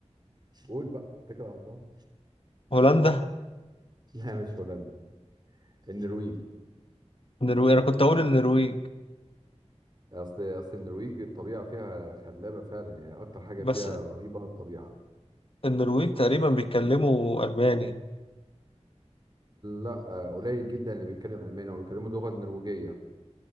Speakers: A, on the right; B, on the left.
A: قول بقى اتكل على الله
B: هولندا
A: لا مش هولندا النرويج
B: النرويج أنا كنت أقول النرويج
A: اصل اصل النرويج الطبيعه فيها خلابه فعلا يعني اكتر حاجه
B: بس
A: فيها رهيبه الطبيعه
B: النرويج تقريبا بيتكلموا ألماني
A: لا آه، قليل جدا اللي بيتكلم الماني وبيتكلموا لغه نرويجيه